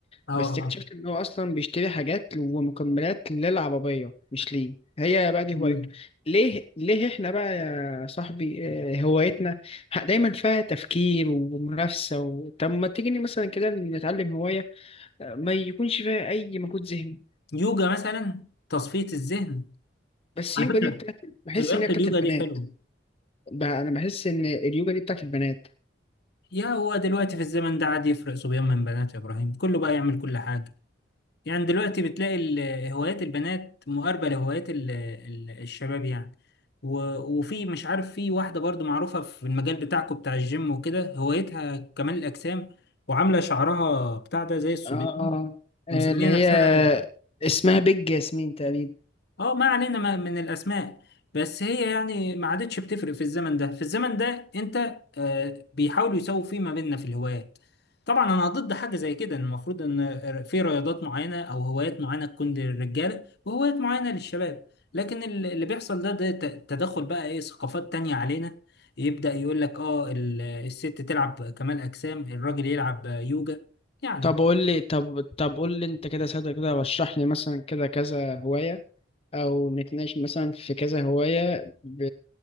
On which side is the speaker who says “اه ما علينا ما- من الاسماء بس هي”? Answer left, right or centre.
Left